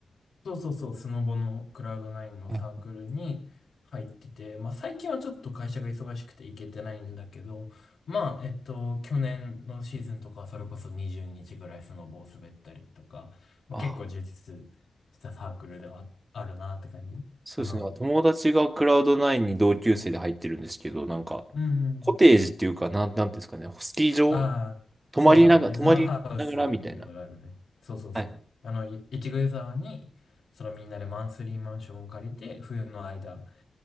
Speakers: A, on the left; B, on the right.
A: そうそうそう、スノボのクラウドナインのサークルに入ってて、
B: はい
A: まあ最近はちょっと会社が忙しくて行けてないんだけど、まあ、えっと、去年のシーズンとかはそれこそ20日ぐらいスノボを滑ったりとか、まあ、
B: あ、
A: 結構充実したサークルではああるなって感じかな。
B: そうですね。なんか友達がクラウドナインに同級生で入ってるんですけど、なんか、
A: うん。
B: コテージっていうか、なん、なんていうんですかね。スキー場
A: ああ、
B: 泊まりながら、
A: そうね。湯沢ハウスっていうのがあるね。
B: 泊まりながらみたいな。
A: そうそうそう。
B: はい
A: あの、い越後湯沢に、そのみんなでマンスリーマンションを借りて、冬の間、